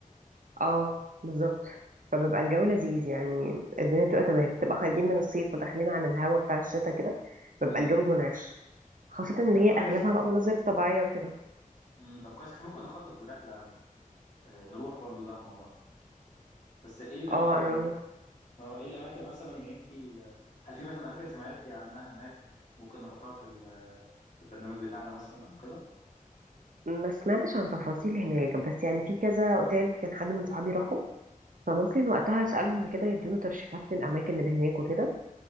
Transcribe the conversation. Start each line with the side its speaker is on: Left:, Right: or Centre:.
Right: اه بالظبط فبيبقى الجو لذيذ يعني الدنيا بتبقى تمام بتبقى خارجين من الصيف وداخلين على الهوا بتاع الشتاء كده بيبقى
Left: امم
Right: الجو منعش خاصة ان
Left: طب
Right: هي
Left: كويس
Right: اغلبها بقى مناظر طبيعية وكده
Left: امم طب كويس احنا ممكن نخطط لرحله آه، نروح برضو ده مع بعض بس ايه الاماكن
Right: اه انا
Left: اه ايه الاماكن مثلا اللي انت هل في مثلا اماكن سمعتي عنها هناك ممكن نحطها في ال- في البرنامج بتاعنا مثلا او كده
Right: ما سمعتش عن تفاصيل هناك بس يعني في كذا اوتيل كان حد من صحابي راحوا فممكن وقتها اسالهم كده يدونا ترشيحات للاماكن اللي هناك وكده